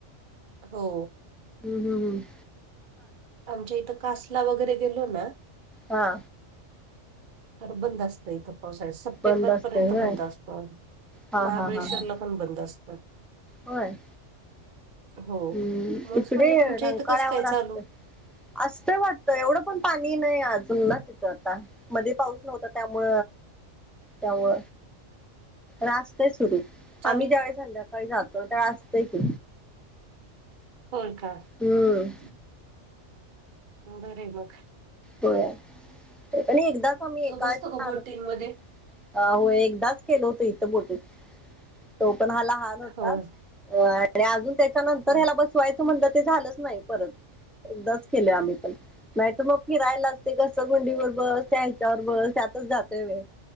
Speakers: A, on the right; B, in the centre.
A: हो
B: हम् हम् हम
A: आमच्या इथं कासला वगैरे गेलो ना
B: हा
A: तर बंद असतं इथं पावसाळ सप्टेंबर
B: बंद असते
A: पर्यंत
B: होय
A: बंद असतो
B: हा
A: महाबळेश्वरला
B: हा हा हा
A: पण बंद असतं
B: होय
A: हो
B: हम्म
A: म्हणूनच
B: इकडे
A: म्हटलं तुमच्या
B: रंकार्यावर
A: इथं कसं काय चालू
B: असत असतं वाटत एवढं पण पाणी नाही अजून ना तिथं आता मध्ये पाऊस नव्हत त्यामु त्यामु रास्त सुरू
A: चांगलं
B: आम्ही ज्यावेळी संध्याकाळी जातो त्यावे असतंय की
A: होर का
B: हम्म
A: ह नोडरे मग
B: होया ते पण एकदाच आम्ही
A: तो
B: एकाच
A: बसतो
B: छान
A: का बोटिंग
B: होतो ते
A: मध्ये
B: अ हो एकदाच केल होत इथं बोटीत तो पण हा लहान होता
A: होय
B: अ आणि अजून त्याच्या नंतर
A: हा.
B: ह्याला बसवायचं म्हणलं ते झालंच नाही परत एकदाच केले आम्ही पण माह तर मग फिरायला असते कसं गुंडीवर बस त्याच्यावर ब त्यातच जातोय वेळ